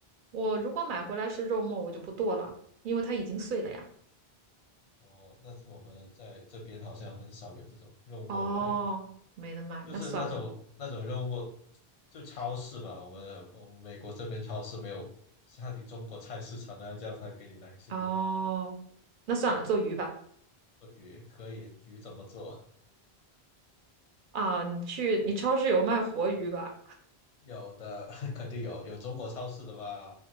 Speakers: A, on the right (about 60°); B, on the left (about 50°).
A: 我如果买回来是肉末，我就不剁了，因为它已经碎了呀。
B: 哦，那我们在这边好像很少有这种肉末卖，
A: 哦，没得卖，
B: 就是那种那种肉末，
A: 那算了。
B: 就超市吧。我们我们美国这边超市没有像你中国菜市场那样，叫他给你来一些肉末、
A: 哦，那算了，做鱼吧。
B: 鳄鱼，可以，鱼怎么做？
A: 啊，你去你超市有卖活鱼吧？
B: 有的 <laughs> 肯定有，有中国超市的吧，